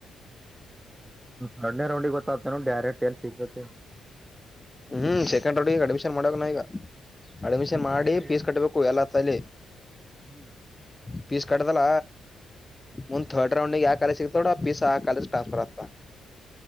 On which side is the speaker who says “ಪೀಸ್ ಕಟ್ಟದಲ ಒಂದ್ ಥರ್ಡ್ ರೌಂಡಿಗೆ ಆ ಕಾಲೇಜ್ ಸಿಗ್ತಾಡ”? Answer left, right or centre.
Left